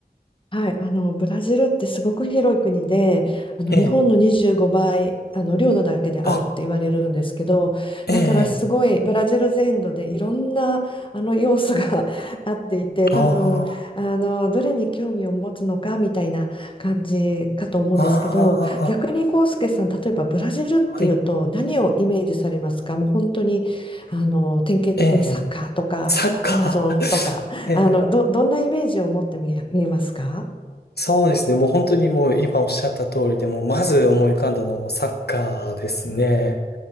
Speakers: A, on the left; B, on the left.
A: はい、あのブラジルってすごく広い国であの日本の25倍あの領土だけであるって言われるんですけどだからすごいブラジル全土でいろんなあの要素が
B: ええ、あ、ええ、
A: <laughs> あっていて多分あのどれに興味を持つのかみたいな感じかと思うんですけど逆にコウスケさん例えばブラジルっていうと何をイメージされますかもう本当にあの典型的にサッカーとかアマゾンとかあの、
B: ああ、ああ、はい、ええ、サッカー。<laughs> ええ、
A: ど、どんなイメージを持って見え、見えますか
B: そうですね。もう本当にもう今おっしゃった通りで、もうまず思い浮かんだのはもうサッカーですね。